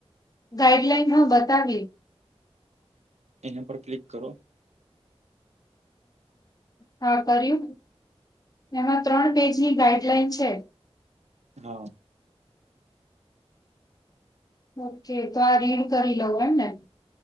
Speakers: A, on the left; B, on the right.
A: ગાઈડલાઈન હા બતાવી.
B: એના પર ક્લિક કરો.
A: હા કર્યું એમાં ત્રણ પેજની ગાઈડલાઈન છે.
B: હા.
A: ઓકે તો આ રીડ કરી લવ એમ ને